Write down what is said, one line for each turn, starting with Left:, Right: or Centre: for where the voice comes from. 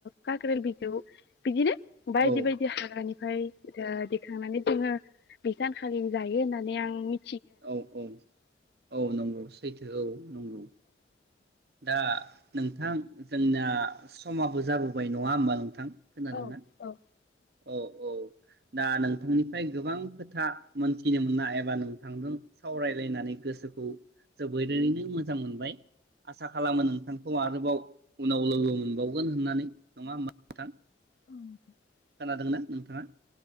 Left: काकेल बिजौ बिदिनो बायदि
Right: औ
Left: बायदि हाग्रानिफ्राय ओजा थांनानै जोङो बे सानखालि जायो होननानै आं मि
Right: औ औ औ नंगौ सैथो औ नंगौ। दा नोंथां जोंना समाबो जाबोबाय नङा होमबा नोंथां। खोनादोंना?
Left: औ औ।
Right: औ औ। दा नोंथांनिफ्राय गोबां खोथा मोनथिनो मोना एबा नोंथांजों सावरायलायनानै गोसोखौ जोबोरैनो मोजां मोनबाय। आसा खालामो नोंथां खौ आरोबाव उनाव लोगो मोनबावगोन होननानै नङा होमबा नोंथां‌।
Left: <inaudible>
Right: खोनादोंना नोंथाङा?